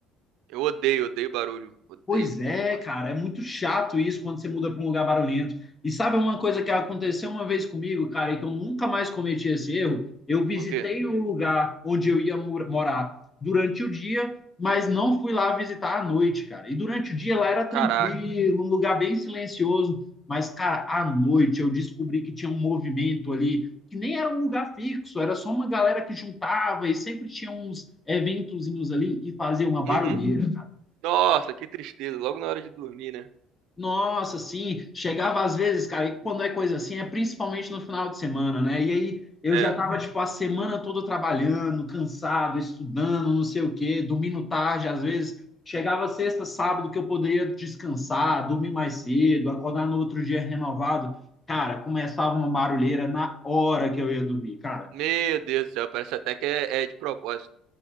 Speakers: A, on the right (about 75°); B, on the left (about 25°).
A: Eu odeio, odeio barulho. Odeio.
B: Pois é,
A: Nossa.
B: cara, é muito chato isso quando você muda para um lugar barulhento. E sabe uma coisa que aconteceu uma vez comigo, cara, e que eu nunca mais cometi esse erro? Eu visitei
A: Por quê?
B: o lugar onde eu ia mor- morar durante o dia, mas não fui lá visitar à noite, cara. E durante o dia lá era tranquilo,
A: Caraca.
B: um lugar bem silencioso, mas, cara, à noite eu descobri que tinha um movimento ali, que nem era um lugar fixo, era só uma galera que juntava e sempre tinha uns eventozinhos ali e fazia uma barulheira,
A: Uhum.
B: cara.
A: Nossa, que tristeza. Logo na hora de dormir, né?
B: Nossa, sim, chegava às vezes, cara, e quando é coisa assim, é principalmente no final de semana, né? E aí eu
A: É.
B: já tava, tipo, a semana toda trabalhando, cansado, estudando, não sei o quê, dormindo tarde, às vezes. Chegava sexta, sábado, que eu poderia descansar, dormir mais cedo, acordar no outro dia renovado. Cara, começava uma barulheira na hora que eu ia dormir, cara.
A: Meu Deus do céu, parece até que é, é de propósito.